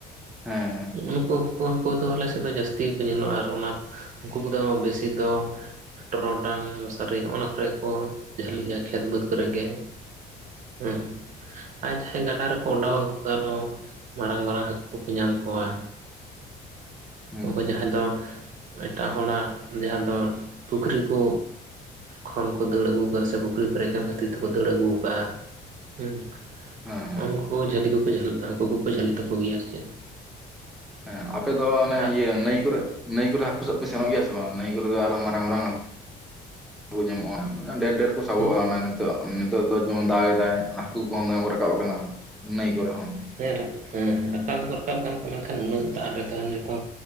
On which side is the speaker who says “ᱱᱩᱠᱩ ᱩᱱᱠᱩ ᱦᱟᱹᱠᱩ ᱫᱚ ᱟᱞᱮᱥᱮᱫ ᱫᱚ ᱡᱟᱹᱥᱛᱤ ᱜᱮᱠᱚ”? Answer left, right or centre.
Right